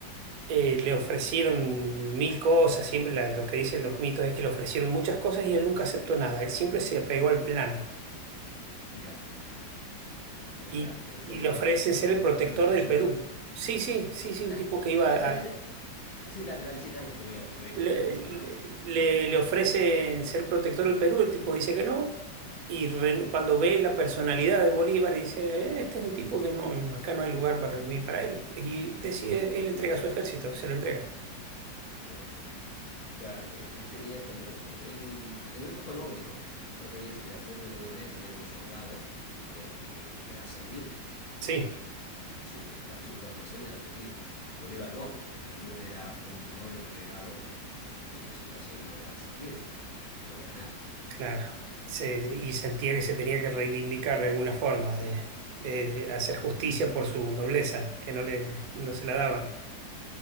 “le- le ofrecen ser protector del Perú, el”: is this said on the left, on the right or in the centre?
Right